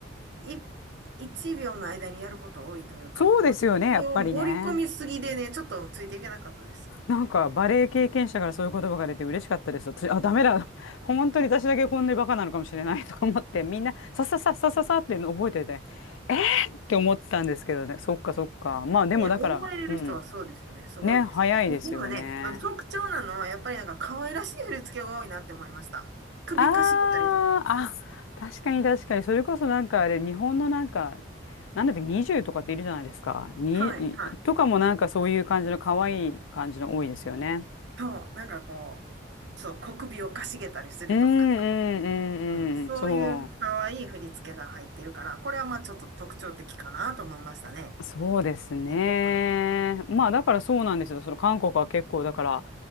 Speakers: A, on the right (about 55°); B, on the left (about 75°).
A: い、一秒の間にやること多いというか、
B: そうですよね、
A: もう、振りを盛り込みすぎでね、
B: やっぱりね。
A: ちょっとついていけなかったです。
B: なんかバレエ経験者からそういう言葉が出て嬉しかったです。私、あ、ダメだ。<laughs> 本当に私だけこんなにバカなのかもしれない <laughs> とか思って、みんなささささささっていうの覚えてて、えーって思ったんですけどね。そっかそっか。まあでもだから、
A: ね、思われる人はそうですよね。
B: うん。
A: すごいです。
B: ね、早いですよね。
A: でもね、あの特徴なのは、やっぱりなんか可愛らしい振り付けが多いなって思いました。首かしげたりとか。
B: ああ、あ、確かに確かに。それこそなんかあれ、日本のなんか、なんだって20とかっているじゃないですか。に、
A: はい、はい。
B: とかもなんかそういう感じの可愛い感じの多いですよね。
A: そう、なんかこう、そう、小首をかしげたりするとか、
B: うんうんうんうん。
A: うん、そういう可愛い振り付けが入っているから、
B: そ
A: これはまあちょっと特徴的かなと思いましたね。
B: う。そうですね。
A: K-POP の。
B: まあだからそうなんですよ。
A: うん。
B: その韓国は結構だから、